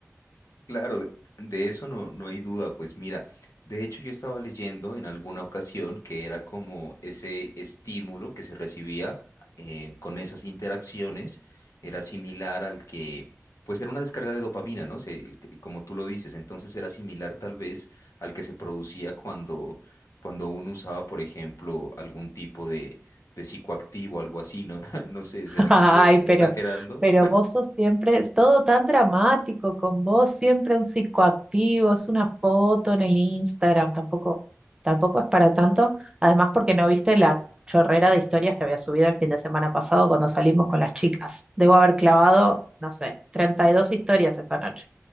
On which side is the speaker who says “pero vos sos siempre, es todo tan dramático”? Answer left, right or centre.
Right